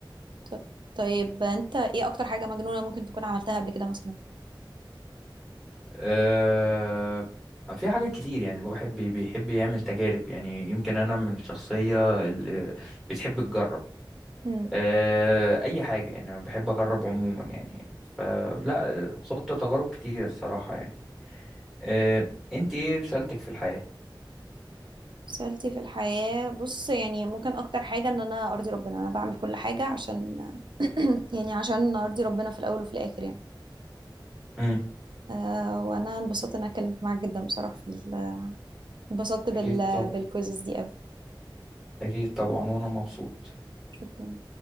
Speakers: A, on the right; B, in the centre.
A: ط- طيب انت ايه اكتر حاجة مجنونة ممكن تكون عملتها قبل كده مثلا
B: آه في حاجات كتير يعني الواحد بي- بيحب يعمل تجارب يعني يمكن انا من الشخصية اللي بتحب تجرب
A: امم
B: آه اي حاجة يعني انا بحب اجرب عموما يعني فلا آه، خضت تجارب كتير الصراحة يعني آه، انت ايه رسالتك في الحياة؟
A: سألتي في الحياة بص يعني ممكن اكتر حاجة ان انا ارضي ربنا انا بعمل كل حاجة عشان <coughs> <clears throat> يعني عشان ارضي ربنا في الاول وفي الاخر يعني
B: امم
A: آه، وانا انبسطت ان انا اتكلمت معاك جدا بصراحة في ال- انبسطت بال...
B: اكيد طبعا
A: بالكوزز دي قوي
B: اكيد طبعا وانا مبسوط
A: شكرا